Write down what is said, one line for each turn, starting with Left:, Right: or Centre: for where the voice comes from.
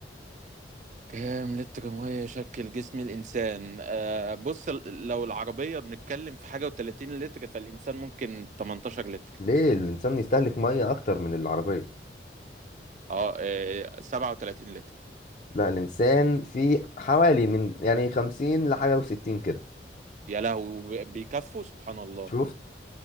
Right: كام لتر ميه يشكل جسم الانسان آه بص ال- لو العربيه بنتكلم في حاجه و30 لتر فالانسان ممكن 18 لتر
Left: ليه الانسان يستهلك ميه اكتر من العربيه
Right: اه آه، 37 لتر
Left: لا الانسان فيه حوالي من يعني 50 لحاجه و60 كده
Right: يا لهوي بيكفوا سبحان الله
Left: شفت